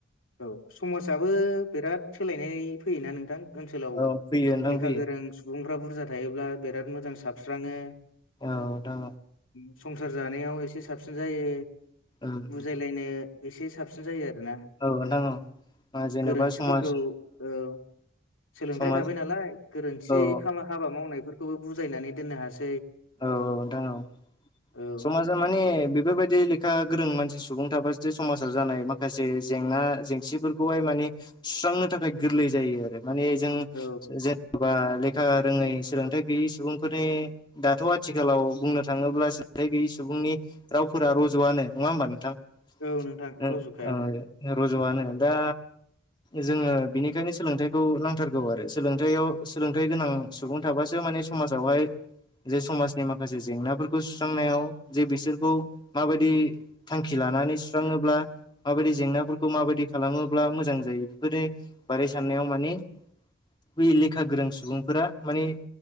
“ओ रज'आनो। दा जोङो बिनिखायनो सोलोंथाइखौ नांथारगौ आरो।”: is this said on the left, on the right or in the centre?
Left